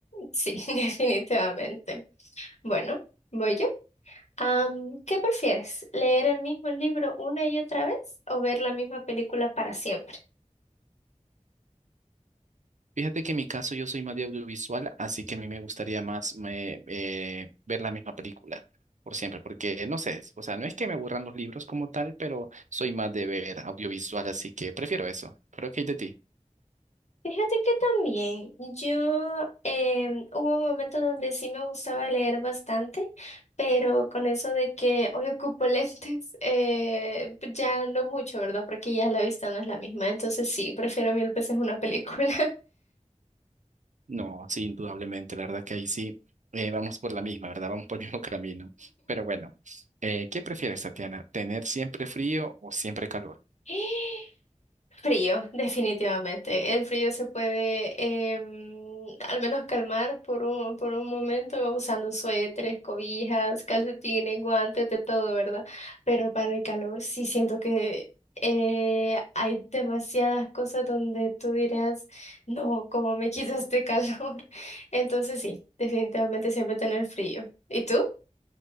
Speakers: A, on the left (about 60°); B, on the right (about 75°).
A: sí, <laughs> definitivamente. Bueno, voy yo. Am, ¿qué prefieres? ¿Leer el mismo libro una y otra vez o ver la misma película para siempre?
B: Fíjate que en mi caso yo soy más de audiovisual, así que a mí me gustaría más me- eh, ver la misma película por siempre, porque no sé, o sea, no es que me aburran los libros como tal, pero soy más de ver audiovisual, así que prefiero eso. ¿Pero qué hay de ti?
A: Fíjate que también yo em, hubo un momento donde sí me gustaba leer bastante, pero con eso de que hoy <laughs> ocupo lentes, eh, ya no mucho, ¿verdad? Porque ya la vista no es la misma. Entonces sí, prefiero mil veces una película.
B: No, sí, indudablemente, la verdad que ahí sí eh, vamos por la misma, ¿verdad? Vamos por el mismo <laughs> camino. Pero bueno, eh, ¿qué prefieres, Tatiana? ¿Tener siempre frío o siempre calor?
A: <laughs> Frío, <laughs> definitivamente. El frío se puede em, al menos calmar por un, por un momento usando suéteres, cobijas, calcetines, guantes, de todo, ¿verdad? Pero para el calor sí siento que eh, hay demasiadas cosas donde tú dirás, no, ¿cómo me quita este calor? <laughs> Entonces sí, definitivamente siempre tener frío. ¿Y tú?